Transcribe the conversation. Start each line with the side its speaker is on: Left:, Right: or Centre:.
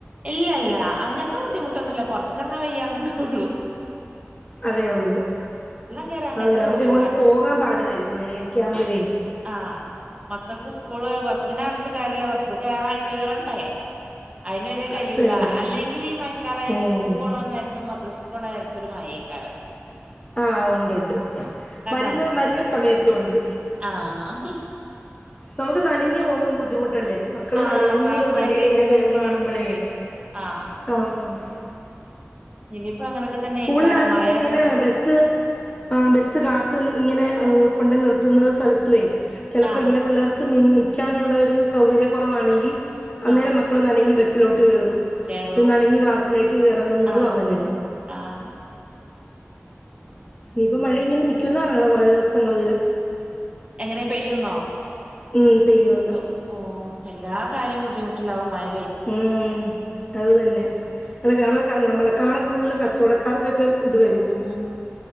Right: ഇല്ല ഇല്ല അങ്ങനത്തെ ബുദ്ധിമുട്ടൊന്നു ല്ല പൊറത്ത് ർത്ത് എറങ്ങാൻ വെയ്യന്ന്ണ്ടാവൊള്ളൂ
Left: അതെ ഉള്ളു
Right: കേറാ അങ്ങനത്തതൊന്നുല്ല
Left: അതെ നമുക്ക് എങ്ങോട്ടെലും പോകാൻ പാട് വരും മഴക്കെ ക്യാകുമ്പഴേ
Right: ആ മക്കൾക്ക് സ്കൂള് ബ സ്സിന പറഞ്ഞിട്ട് കാര്യല്ല ബസ് കേറാ കേറണ്ടേ അയിന് വരെ കഴിയൂല
Left: അത് തന്നെ
Right: അല്ലെങ്കിൽ ഈ മയക്കാലായ
Left: ഉം
Right: സ്കൂൾക്ക് പോണോ നേരത്തെ മദ്രസ് പോണേക്കൊരു മയെക്കാരം
Left: ആഹ് ഉണ്ട് ഉണ്ട് വരുന്ന്
Right: നനപ്പിച്ചാണ്ട്
Left: വരുന്ന് സമയത്തുണ്ട്
Right: ആഹ്
Left: നമുക്ക് നനഞ്ഞ് പോവുമ്പോ- ദ്ധിമുട്ടല്ലേ മക്കള്
Right: ആഹ്
Left: നനഞ്ഞ്
Right: ക്ലാസ്സിലൊക്കെ
Left: വണ്ടീലിങ്ങനെ
Right: ഇരുന്ന്
Left: കേറുന്ന
Right: ഇങ്ങനെ
Left: കാണുമ്പോഴേ
Right: ഇരിക്കുമ്പേ ആഹ്
Left: <unintelligible>
Right: <unintelligible> തന്നെ
Left: സ്കൂളിലാങ്കിലും
Right: ഇക്കാരം മഴയാണ്ട്
Left: ഇങ്ങനെ
Right: തൊടങ്ങിയ
Left: ബസ് ബസ് കാത്ത് ഇങ്ങനെ കൊണ്ട് നിർത്തുന്ന സ്ഥലത്തുവേ ചിലപ്പോ
Right: ആഹ്
Left: ഇങ്ങനെ പിള്ളേർക്ക് <unintelligible> ക്കാനൊള്ളൊരു സൗകര്യ കുറവാണെങ്കി അന്നേരം
Right: ആഹ്
Left: മക്കള് നനയും <unintelligible> കേറും
Right: കേറും
Left: പിന്ന നനഞ്ഞ് ക്ലാസ്സിലേക്ക് കോറുന്നുന്നതും
Right: ആഹ്
Left: അങ്ങനെ.
Right: ആഹ്
Left: ഇപ്പ മഴ ഇങ്ങനെ നിക്കുന്ന പറയണത് മഴ ദിവസങ്ങളില്
Right: എങ്ങനെ പെയ്യുന്നോ
Left: ഉം. പെയ്യുമെന്ന്
Right: ഒ ഓ അല്ലാ കാര്യം ബുദ്ധിമുട്ടിലാവും മയ
Left: ഉം അത് തന്നെ <unintelligible> നമ്മളെകാളും ഫുൾ കചോടക്കാർക്കെക്കെ ഇത് വരും
Right: ഉം